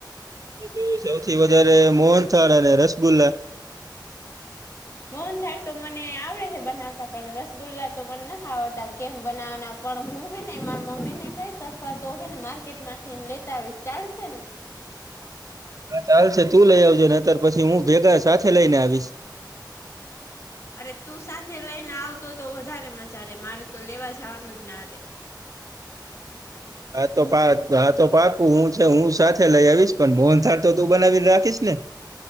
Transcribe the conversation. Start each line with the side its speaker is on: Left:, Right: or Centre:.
Right: તો સૌથી વધારે મોહનથળ અને રસગુલ્લા
Left: મૌન થાર તો મને આવડે હે બનાવતા પણ રસ ગુલ્લા તો મને નથી આવડતા કેમ બનાવાના પણ હું હેનેરા મમ્મી ને કહીશ અથવા તો હેને માર્કેટમાં ચીન લેતા આવીશ ચાલશે ને
Right: હા ચાલ છે તું લઈ આવજો ને અતાર પછી હું ભેગા સાથે લઈને આવીશ
Left: અરે તું સાથે લઈને આવતો તો વધારે મજા રે મારે તો લેવા જવાનું જ ના રે
Right: હા તો પા હા તો પાકુ હું છે હું સાથે લઈ આવીશ પણ મોનથળ તો તું બનાવીને રાખીશ ને